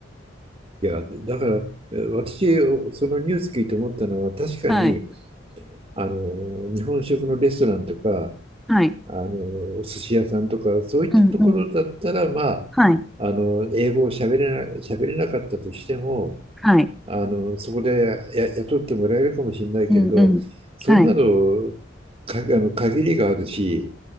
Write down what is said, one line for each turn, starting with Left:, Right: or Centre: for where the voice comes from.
Right: いや、だから、え私、そのニュース聞いて思ったのは、確かに、
Centre: はい
Right: あの、日本食のレストランとか、
Centre: はい
Right: あの、お寿司屋さんとか、そういったところだったら、
Centre: うんうん
Right: まあ、
Centre: はい
Right: あの、英語を喋れな、喋れなかったとしても、
Centre: はい
Right: あの、そこでや、や雇ってもらえるかもしれないけれど、
Centre: うんうんはい
Right: そんなの、か、あの、限りがあるし、